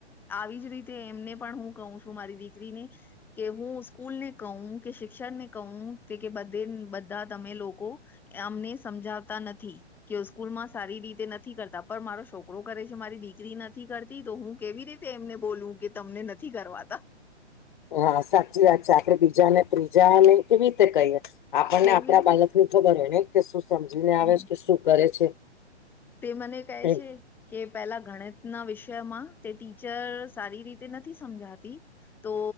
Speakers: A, in the centre; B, on the left (about 45°).
A: આવી જ રીતે એમને પણ હું કહું છું મારી દીકરીને કે હું સ્કૂલ ને કહું કે શિક્ષણ ને કહ કે કે બધ બધા તમે લોકો અમને સમજાવતા નથી કે સ્કૂલ માં સારી રીતે નથી કરતા પણ મારો શોખ છોકરો કરે છે મારી દીકરી નથી કરતી તો હું કેવી રીતે એમને બોલું કે તમને નથી કરવાતા
B: હા સાચી વાત છે આપડે બીજાને ત્રીજાને કેવી રીતે કહીએએ આપણને
A: કેવી
B: આપણા
A: રીતે
B: બાલક ની ખબર હોય ને કે શું સમજીને આવે
A: હમ
B: છે કે શું કરે છે
A: તે મને કહે
B: એમ
A: છે કે પેલા ગણિત ના વિષયમાં તે ટીચર સારી રીતે નથી સમજાતી તો